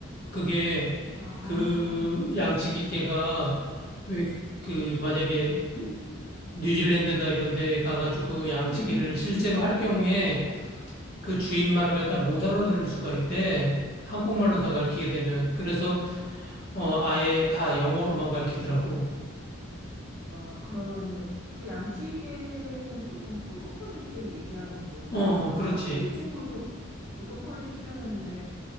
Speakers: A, on the left (about 50°); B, in the centre.
A: 그게
B: 아,
A: 그 양치기 개가 왜 그 만약에 뉴질랜드나 이런 데 가가지고 양치기를
B: 응, 응.
A: 실제로 할 경우에 그 주인 말을 갖다 못 알아들을 수가 있대. 한국말로 다 가르치게 되면. 그래서, 어, 아예 다 영어로만 가르치더라고.
B: 와, 그러면은 그 양치기는 보통 보더콜리를 얘기하는 거지?
A: 어, 그렇지.
B: 와, 내 친구도 보더콜리 키우는데